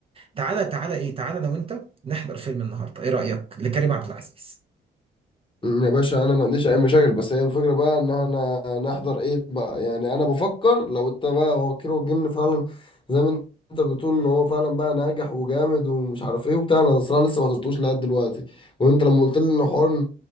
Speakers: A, on the right; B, on the left.
A: تعالى تعالى ايه تعالى انا وانت نحضر فيلم النهارده ايه رأيك لكريم عبد العزيز
B: أمم، يا باشا انا ما عنديش اي مشاكل بس هي الفكره بقى ان انا نحضر ايه بقى يعني انا بفكر لو انت بقى هو كيرو الجن فعلا زي ما انت بتقول ان هو فعلا بقى ناجح وجامد ومش عارف ايه وبتاع انا الصراحه لسه ما حضرتوش لغايه دلوقتي وانت لما قلت لي ان حوار ان